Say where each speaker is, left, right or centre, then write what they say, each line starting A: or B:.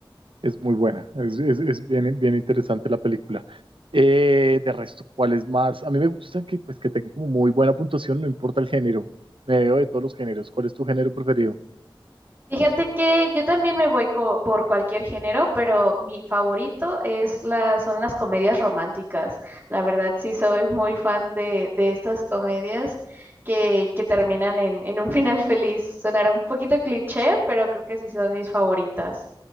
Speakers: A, on the right; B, on the right.
A: Es muy buena, es, es- es bien, bien interesante la película. Eh, de resto, ¿cuál es más? A mí me gusta que, pues, que tenga como muy buena puntuación, no importa el género. Me veo de todos los géneros. ¿Cuál es tu género preferido?
B: Fíjate que yo también me voy co- por cualquier género, pero mi favorito es la, son las comedias románticas. La verdad sí soy muy fan de, de estas comedias que, que terminan en, en un final feliz. Sonará un poquito cliché, pero creo que sí son mis favoritas.